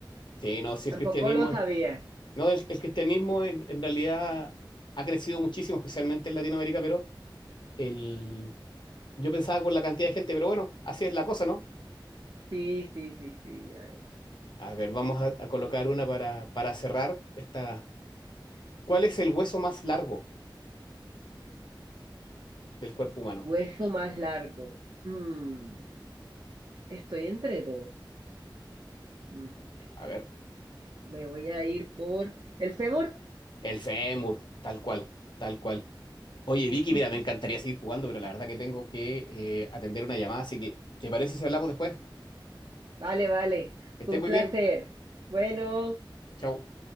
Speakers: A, on the left (about 65°); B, on the right (about 55°).
A: Sí, no, sí, el
B: Tampoco
A: cristianismo
B: lo sabía.
A: es... No, el, el cristianismo en, en realidad ha crecido muchísimo, especialmente en Latinoamérica, pero el... Yo pensaba con la cantidad de gente, pero bueno, así es la cosa, ¿no?
B: Sí, sí, sí, sí, mira eso.
A: A ver, vamos a, a colocar una para, para cerrar esta. ¿Cuál es el hueso más largo del cuerpo humano?
B: Hueso más largo. Mm, estoy entre dos. Mm,
A: A ver,
B: me voy a ir por el fémur.
A: el fémur, tal cual, tal cual. Oye, Vicky,
B: <laughs>
A: mira, me encantaría seguir jugando, pero la verdad que tengo que eh, atender una llamada, así que ¿te parece si hablamos después?
B: Vale, vale.
A: Que estés
B: Fue un
A: muy
B: placer.
A: bien.
B: Bueno.
A: Chao.